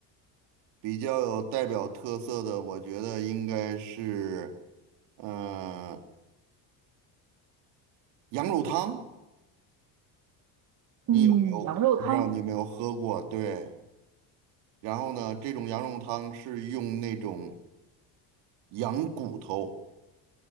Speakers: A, on the right; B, on the right.
A: 比较有代表特色的，我觉得应该是，呃，羊肉汤。
B: 嗯，
A: 你有没有？
B: 羊肉汤，
A: 不知道你有没有喝过？对。然后呢，这种羊肉汤是用那种。羊骨头